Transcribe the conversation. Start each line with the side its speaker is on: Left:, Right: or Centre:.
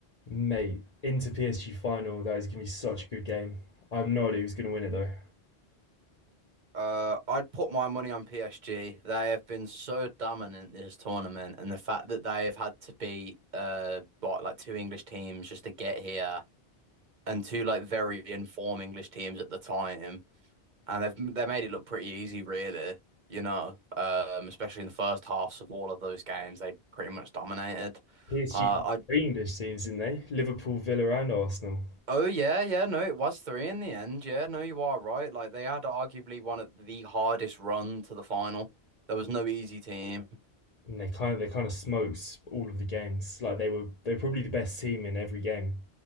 Left: Mate, Inter PSG final, that is going to be such a good game. I have no idea who's going to win it though.
Right: Uh, I'd put my money on PSG. They have been so dominant this tournament, and the fact that they have had to beat uh what, like two English teams just to get here, and two like very informed English teams at the time, and they've they made it look pretty easy, really. You know, um, especially in the first halves of all of those games, they pretty much dominated.
Left: PSG
Right: Uh,
Left: three English teams, didn't they? Liverpool, Villa, and Arsenal.
Right: Oh yeah, yeah, no, it was three in the end. Yeah, no, you are right. Like they had arguably one of the hardest run to the final. There was no easy team.
Left: And they kind of they kind of smokes all of the games. Like they were they were probably the best team in every game